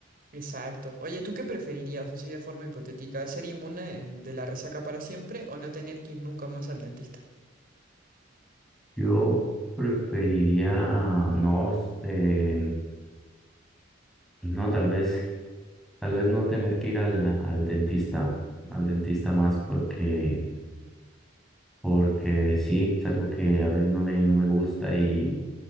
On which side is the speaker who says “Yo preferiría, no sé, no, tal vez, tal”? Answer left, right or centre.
Centre